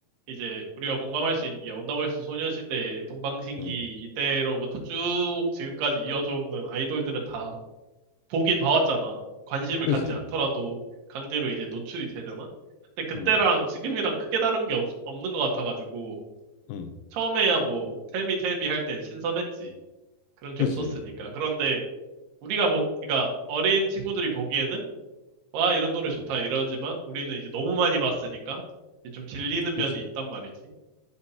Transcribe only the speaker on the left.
응,
그지,
응,
응,
그지,
그지.